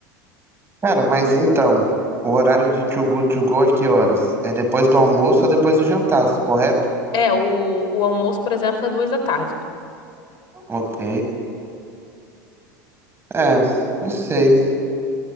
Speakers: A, on the right; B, on the left.
A: Cara, mas então, o horário do To Go To Go é que horas? É depois do almoço ou depois do jantar, correto?
B: É, o, o almoço, por exemplo, é duas da tarde.
A: Ok. É, não sei.